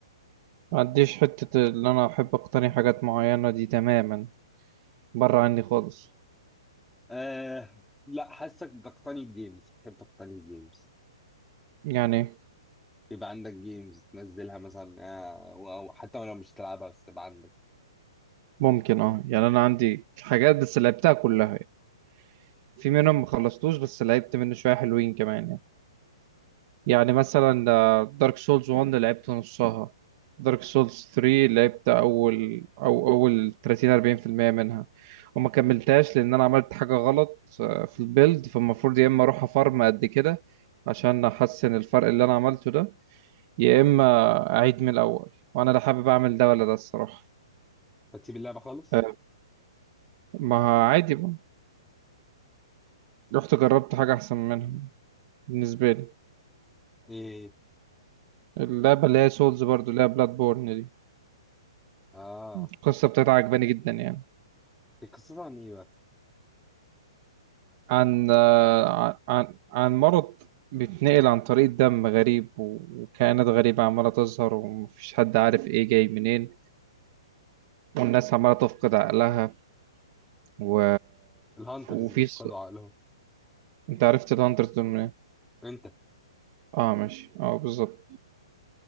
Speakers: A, on the right (about 30°); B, in the centre.
A: ما عنديش حتة ان انا احب اقتني حاجات معينة دي تماما بره عني خالص
B: آه لا حاسك بتقتني الجيمز بتحب تقتني الجيمز
A: يعني
B: بيبقى عندك جيمز تنزلها مثلا آه، و- أو حتى لو مش تلعبها بس تبقى عندك
A: ممكن اه يعني انا عندي حاجات بس لعبتها كلها يعني. في منهم ما خلصتوش بس لعبت منه شويه حلوين كمان يعني يعني مثلا دارك سولز 1 لعبت نصها دارك سولز 3 لعبت اول او اول 30 40% منها وما كملتهاش لان انا عملت حاجه غلط آه، في البيلد فالمفروض يا اما اروح افارم قد كده عشان احسن الفرق اللي انا عملته ده يا اما اعيد من الاول وانا لا حابب اعمل ده ولا ده الصراحه
B: هتسيب اللعبة خالص؟
A: آه، ما عادي بقى رحت جربت حاجة أحسن منها بالنسبة لي
B: ايه
A: اللعبة اللي هي سولز برضو اللي هي بلاد بورن دي
B: اه
A: القصة بتاعتها عجباني جدا يعني
B: هي قصتها عن ايه بقى؟
A: عن آه، عن عن مرض بيتنقل عن طريق دم غريب و- وكائنات غريبة عمالة تظهر ومفيش حد عارف إيه جاي منين والناس عمالة تفقد عقلها و...
B: الهانترز
A: وفي
B: بيفقدوا
A: ص...
B: عقلهم
A: أنت عرفت الهانتر دول منين؟
B: انت
A: اه ماشي اه بالظبط